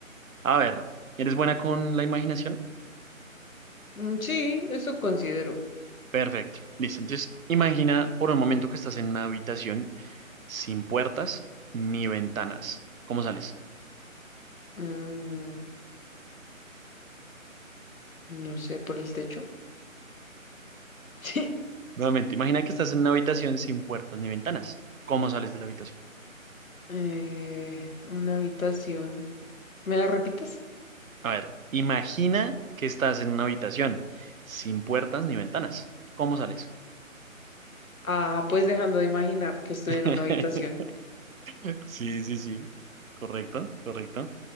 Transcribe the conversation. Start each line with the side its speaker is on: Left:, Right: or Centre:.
Right: A ver, ¿eres buena con la imaginación?
Left: Mm, sí, eso considero.
Right: Perfecto. Listo. Entonces, imagina por un momento que estás en una habitación sin puertas ni ventanas. ¿Cómo sales?
Left: Mm, no sé, por el techo. <laughs> Sí.
Right: Nuevamente, imagina que estás en una habitación sin puertas ni ventanas. ¿Cómo sales de la habitación?
Left: Eh, una habitación. ¿Me la repitas?
Right: A ver, imagina que estás en una habitación sin puertas ni ventanas. ¿Cómo sales?
Left: Ah, pues dejando de imaginar que estoy
Right: <laughs>
Left: en una habitación.
Right: Sí, sí, sí. Correcto, correcto.